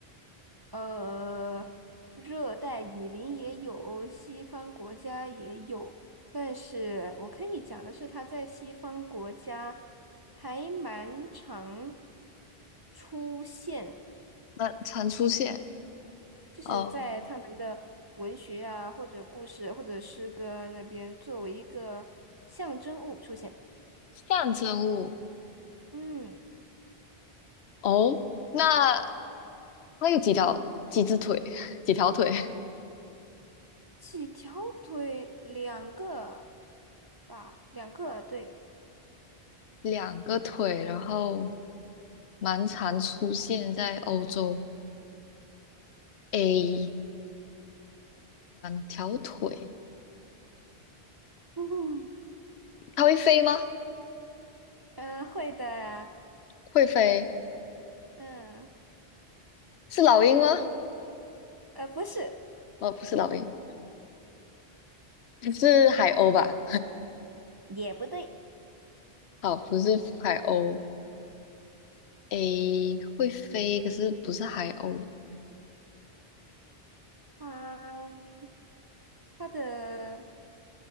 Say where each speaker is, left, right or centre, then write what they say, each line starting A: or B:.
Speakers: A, on the right (about 40°); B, on the left (about 80°).
A: 呃，热带雨林也有，西方国家也有，但是我可以讲的是，它在西方国家还蛮常出现，
B: 那常出现
A: 就是在他们的文学啊，
B: 哦，
A: 或者故事或者诗歌那边作为一个象征物出现。
B: 象征物
A: 嗯，
B: 哦。那它有几条几只腿？<laughs> 几条腿？<laughs>
A: 几条腿，两个吧，两个，对，
B: 两个腿，然后蛮常出现在欧洲。诶，两条腿，
A: <laughs>
B: 它会飞吗？
A: 嗯，会的啊，
B: 会飞，
A: 嗯。
B: 是老鹰吗？
A: 呃，不是，
B: 哦，不是老鹰，是海鸥吧？
A: 也不对。
B: 好，不是海鸥。诶，会飞，可是不是海鸥。
A: 它它的